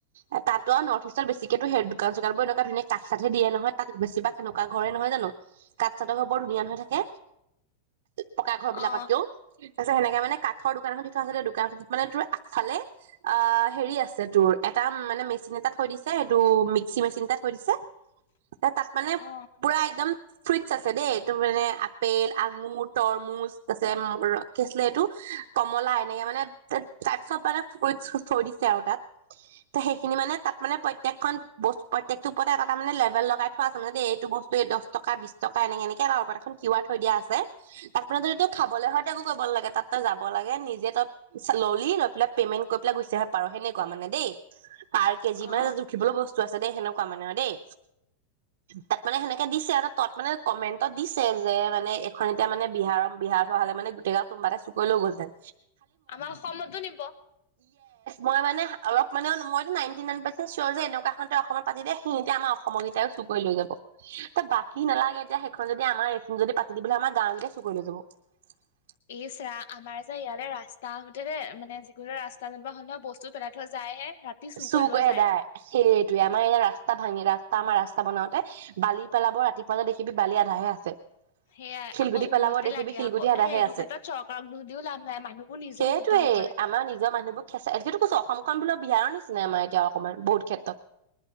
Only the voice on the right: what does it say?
এ তাতো আৰু নৰ্থ ইষ্ট বেছিকেতোেই দোকান চোকান বোৰ এনেকুৱ ধুন কা চাতহ দিয়ে নহয় ত বেি বা সনেকুৱা ঘৰে নহয় জানো কাত চাতক হ বৰ ধুনীয়া ন হৈ থাকে পকা ঘৰ বিলাকত
কও তাৰিছত সেনেক মানে কঠৰোকানখনি থ আছিলে দোকানখন মান তোৰ আগফালে অ হেৰি আছে তোৰ এটা মানে মেচিন এটাত থৈ দিছে এইটো মিক্সি মেচিন তাত থৈ দিছে তাত মানে
পুৰা একদম ফ্ৰিটছ আছে দেেই ত মানে আপেল আঙুৰ তৰমুজ আছে ম শ আছিলে এইটো কমলা এনেকে মানে তাত চব মানে ফু থ দি আৰু তাত ত সেইখিনি মানে তাত মানে প্ৰত্েকখন প্ৰতেক ওপৰত এটা এ মে লেবেল লগাই থ আছে মানে দেই এইটো বস্তু দ টকা বি টকা এ পৰত এ আৰ থৈ দিয়া আছে তাত মানে যদি ত খাব হয় তো কৰিব নাগে তাত তই যাব লাগে নিজে তই কৈ পেলাই গুচি আহে পাৰ সেনেকুৱা মানে দেই পাৰ্ কে যিমান
জুখিবলৈ বস্ত আছেেই সেনেকা কোৱা মানে দেই তাত মানে সেনেকে দিছে আৰু তত মানে কমেন্টত দিছে যে মানে এখন এতিয়া মানে বিহাৰৰ বিহাৰত হোৱা হ'লে মানে গোটেই গাঁ কোনোবা এটা চুকৈ লৈ গলহতেন
মইানে অলপ মানে মই নাইনটি নাইন পাৰ্চেট চৰ যে এনেকুৱা খতেই অসমত পাতি দে সিহতে আমাৰ অসমৰকেইাইও চুক কৰি লৈ যাব ত বাকী নালাগে যে খন যদি আমাৰ এইখনিন যদি পাতি দিবলৈ আমাৰ গাওকেইয়া চুকৰি লৈ যাব
চু
কৈ
এদাই সেইটয়ে আমাৰ এ ৰাস্তা ভাঙি ৰাসা ত আমাৰ ৰাস্তা বনাওঁতে বালি পেলাব ৰাতিপুৱাতে দেখিবি বালি আধাহে আছে
শিলগুটি
পেলাব
দেখিবি
শিলগুটি
সদাহে
আছে
সেইটোৱেই
আমাৰ নিজৰ মানুহবোৰ খেচো কৈছো অসমখন বোলা বিহাৰৰ নেকি চনেমা এতিয়া অকমান বহুত ক্ষেত্ৰ